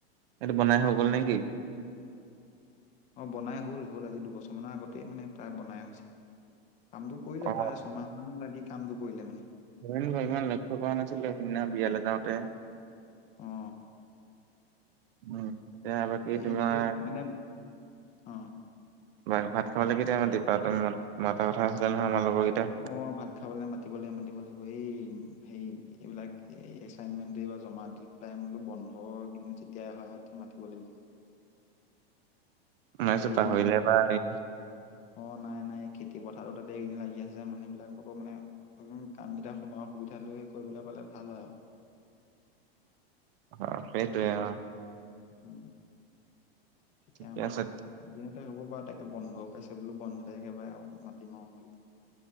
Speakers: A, on the right; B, on the left.
A: এইটো বনাই হৈ গ'ল নেকি?
B: অ বনাই হ'ল হ'ল আজি দুবছৰ মানৰ আগতে মানে প্ৰায় বনাই হৈছে কামটো কৰিলে
A: অ
B: প্ৰায় ছমাহ মান লাগি কামটো কৰিলে মানে
A: <unintelligible> ইমান লক্ষ্য কৰা নাছিলো সিদিনা বিয়ালৈ যাওঁতে।
B: অ
A: উম এতিয়া বাকী
B: এই
A: তোমাৰ
B: এনেকে মানে অ
A: ভাত ভাত খাবলে কেতিয়া মাতিবা তুমি মোক মাতাৰ কথা আছিলে নহয় আমাৰ লগৰকেইটা
B: অ ভাত খাবলৈ মাতিব লাগিব মাতিব লাগিব এই হেৰি এইবিলাক এই এচাইনমেণ্টটো বা জমা দিব দি পেলাই বোলো বন্ধ গিদিন যেতিয়াই হয় আও তেতিয়া মাতিব লাগিব।
A: মই ভাবিছো
B: হতহ এই কেইদিন
A: পাহৰিলে
B: খেতি পথাৰতো
A: বা এই
B: অ নাই নাই খেতি পথাৰো তাতে এইকেইদিন লাগি আছে মানুহ বিলাক ব আকৌ মানে অকমান কাম কেইটা সময়ৰ সুবিধা লৈ হে কৰি পেলাবলে ভাল হয় আও
A: অ সেইটোৱে অ
B: উম, তেতিয়া
A: ঠিকে
B: আমাৰ
A: আছে
B: এদিনতে হ'ব বাৰু তাকে বন্ধও পাইছে বোলো বন্ধতে একেবাৰে আও মাতিম আও বোলো